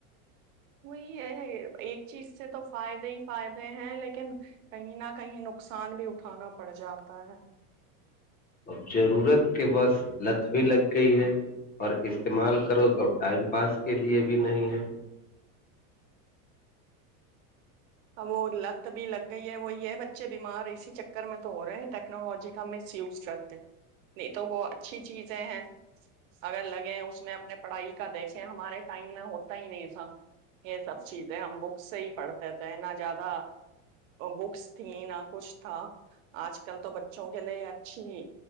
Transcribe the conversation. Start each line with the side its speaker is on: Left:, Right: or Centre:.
Right: وہی ہے ایک چیز سے تو فائدے ہی فائدے ہیں لیکن کہیں نہ کہیں نقصان بھی اٹھانا پڑ جاتا ہے
Left: اب ضرورت کے بس لت بھی لگ گئی ہے اور استعمال کرو تو ٹائم پاس کے لیے بھی نہیں ہے
Right: اب وہ لت بھی لگ گئی ہے وہی ہے بچے بیمار اسی چکر میں تو ہو رہے ہیں ٹیکنالوجی کا مس یوز کرتے نہیں تو وہ اچھی چیزیں ہیں اگر لگے اس میں اپنے پڑھائی کا دیکھیں ہمارے ٹائم میں ہوتا ہی نہیں تھا یہ سب چیزیں ہم بک سے ہی پڑھتے تھے نہ زیادہ بکس تھی نہ کچھ تھا آج کل تو بچوں کے لیے اچھی